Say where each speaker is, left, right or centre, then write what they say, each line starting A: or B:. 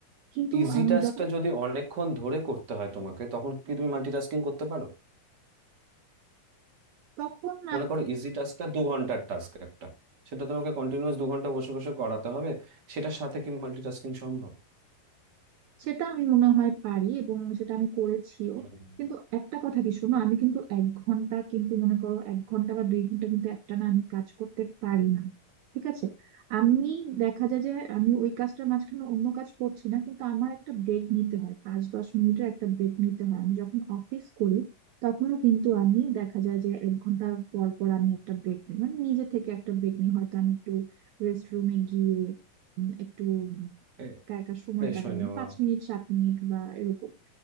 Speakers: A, on the right; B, on the right.
A: কিন্তু
B: ইজি
A: আমি
B: টাস্কটা
A: যখন
B: যদি অনেকক্ষণ ধরে করতে হয় তোমাকে তখন কি তুমি মাল্টিটাস্কিং করতে পারো
A: তখন
B: মনে করো ইজি টাস্কটা দু ঘন্টার টাস্ক একটা সেটা তোমাকে কন্টিনিউয়াস দু ঘন্টা বসে বসে করাতে হবে সেটার সাথে কি মাল্টিটাস্কিং সম্ভব
A: সেটা আমি মনে হয় পারি এবং সেটা আমি করেছিও
B: হুম,
A: কিন্তু একটা কথা কি শোনো আমি কিন্তু এক ঘন্টা কিন্তু মনে করো এক ঘন্টা বা দুই ঘন্টা কিন্তু একটানা আমি কাজ করতে পারি না ঠিক আছে আমি দেখা যায় যে আমি ওই কাজটার মাঝখানে অন্য কাজ করছি না কিন্তু আমার একটা ব্রেক নিতে হয় পাঁচ দশ মিনিটের একটা ব্রেক নিতে হয় আমি যখন অফিস করি তখনও কিন্তু আমি দেখা যায় যে এক ঘন্টা পর পর আমি একটা ব্রেক নিই মানে নিজে থেকে একটা ব্রেক নিই হয়তো আমি একটু রেস্ট রুমে গিয়ে উম, একটু
B: এ
A: একা একা সময়
B: ফ্রেশ
A: কাটালেন
B: হয়ে নেওয়া
A: পাঁচ মিনিট সাত মিনিট বা এরকম